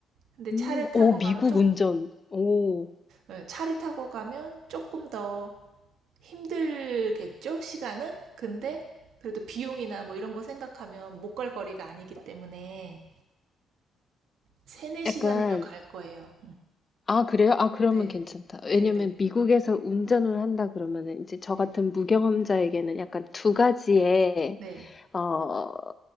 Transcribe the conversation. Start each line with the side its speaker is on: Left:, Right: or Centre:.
Right: 근데
Left: 음,
Right: 차를 타고
Left: 오,
Right: 가면
Left: 미국
Right: 쪽,
Left: 운전. 오,
Right: 예, 차를 타고 가면 조금 더 힘들겠죠? 시간은? 근데 그래도 비용이나 뭐 이런 거 생각하면 못 갈 거리가 아니기 때문에 세네 시간이면
Left: 약간,
Right: 갈 거예요.
Left: 아, 그래요? 아, 그러면
Right: 네,
Left: 괜찮다. 왜냐면
Right: 네, 네,
Left: 미국에서 운전을 한다 그러면은 이제 저
Right: 네,
Left: 같은 무경험자에게는 약간 두 가지의
Right: 네,
Left: 어,